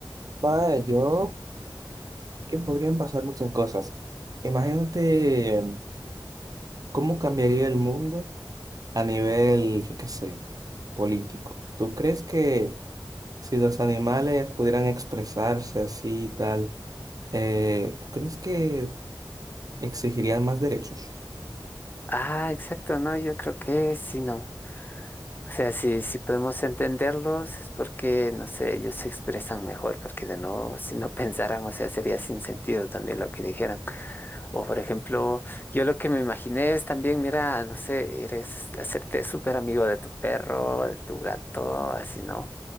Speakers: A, on the right; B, on the left.
A: Vaya, yo que podrían pasar muchas cosas. Imagínate em, cómo cambiaría el mundo a nivel, yo qué sé, político. ¿Tú crees que si los animales pudieran expresarse así y tal, eh, ¿tú crees que exigirían más derechos?
B: Ah, exacto, no, yo creo que sí, no. O sea, si, si podemos entenderlos es porque, no sé, ellos se expresan mejor, porque de no, si no <laughs> pensaran, o sea, sería sin sentido también lo que dijeran. O por ejemplo, yo lo que me imaginé es también, mira, no sé, eres hacerte súper amigo de tu perro, de tu gato, así no.